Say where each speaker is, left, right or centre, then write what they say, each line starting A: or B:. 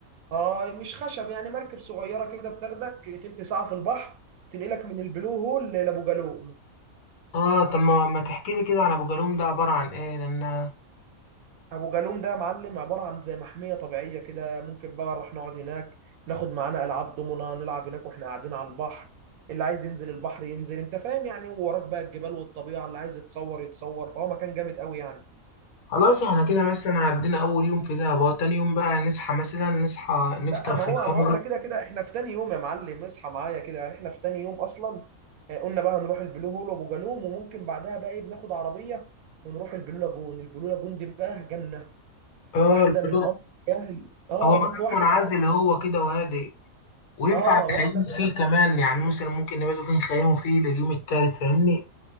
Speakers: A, on the right; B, on the left.
A: اه مش خشب يعني مركب صغيره كده بتاخدك تلت ساعه في البحر تنقلك من البلو هول لابو جالوم
B: اه طب ما ما تحكي لي كده عن ابو جالوم ده عباره عن ايه لان
A: ابو جالوم ده يا معلم عباره عن زي محميه طبيعيه كده ممكن بقى نروح نقعد هناك ناخد معانا العاب دومنا نلعب هناك واحنا قاعدين على البحر اللي عايز ينزل البحر ينزل انت فاهم يعني ووراك بقى الجبال والطبيعه اللي عايز يتصور يتصور فهو مكان جامد قوي يعني
B: خلاص احنا كده مثلا عدينا اول يوم في دهب هو تاني يوم بقى نصحى مثلا نصحى نفطر
A: لا ما
B: في
A: هو
B: الفندق
A: ما هو احنا كده كده احنا في تاني يوم يا معلم اصحى معايا كده يعني احنا في تاني يوم اصلا آه، قلنا بقى هنروح البلو هول وابو جالوم وممكن بعدها بقى ايه بناخد عربيه ونروح البلو لاجون البلو لاجون دي بقى جنه
B: اه
A: واحده
B: البلوك
A: من امر يعني اه
B: هو مكان
A: ممكن واحده
B: منعزل هو كده وهادئ وينفع
A: اه
B: نخيموا
A: واحده
B: فيه كمان يعني مثلا ممكن نباتوا فيه نخيموا فيه لليوم التالت فاهمني